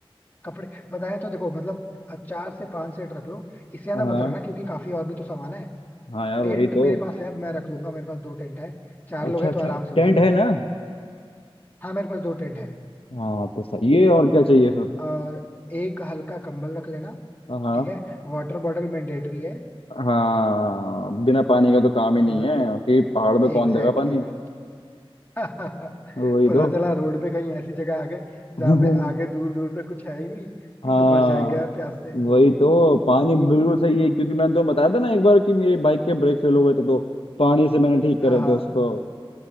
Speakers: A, on the left (about 20°); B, on the left (about 70°).
A: कपड़े बताया तो देखो मतलब अ, चार से पांच सेट रख लो इससे ज्यादा
B: हाँ हाँ
A: मत रखना क्योंकि काफी और भी तो सामान है
B: हाँ यार
A: टेंट
B: वही तो
A: मेरे पास है मैं रख लूंगा मेरे पास दो टेंट है चार
B: अच्छा
A: लोग हैं
B: अच्छा
A: तो आराम से हो
B: टेंट
A: जाएंगे
B: है
A: उसमें
B: ना
A: हाँ मेरे पास दो टेंट है
B: हाँ तो सही है और क्या चाहिए फिर
A: और एक हल्का कंबल रख लेना
B: हाँ हाँ
A: ठीक है वाटर बॉटल मैंडेटरी है
B: हाँ, बिना पानी का तो काम
A: और
B: ही नहीं है कि पहाड़ में कौन
A: एग्जैक्टली
B: देगा पानी
A: exactly यार <laughs>
B: वही
A: पता
B: तो
A: चला रोड पे कहीं ऐसी जगह आ गए
B: <laughs>
A: जहाँ पे आगे दूर दूर तक कुछ है ही नहीं फिर
B: हाँ
A: तो फंस जाएंगे यार प्यास से
B: वही तो पानी बिल्कुल सही है क्योंकि मैंने तो बताया था ना एक बार कि मेरी बाइक के ब्रेक फेल हो गए थे तो पानी से मैंने ठीक करे
A: हाँ हाँ
B: थे उसको